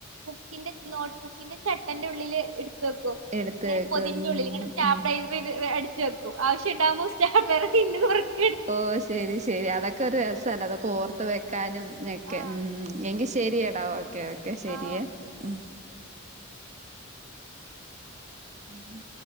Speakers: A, on the right; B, on the right.
A: ബുക്കിന്റെ നോട്ട്ബുക്കിന്റെ ചട്ടന്റെ ഉള്ളില് എടു തെക്കും
B: എടുത്ത്
A: ഇങ്ങനെ
B: വെക്കും
A: പൊതിന്റെ
B: ഉം
A: ഉള്ളില് ന്നട്ട് സ്റ്റാപ്ലർ
B: ഉം
A: എയ്ത് വെ അടച്ച് വെക്കും ആശ്യ ഉണ്ടാവകുമോ സ്റ്റാപ്ലർ പിന്ന് തൊർക്കും
B: ഓ ശരി ശരി അതൊക്കെ ഒരു രസല്ല അതൊക്കെ ഓർത്ത് വെക്കാനും ഒക്കെ
A: ആഹ്
B: ഉമ് എങ്കി ശേ ശരിയടാ ഓക്കെ ഓക്കെ ശരിയേ
A: ആഹ് ഓക്കെ ഓക്കെ
B: ഉമ് ഉമ്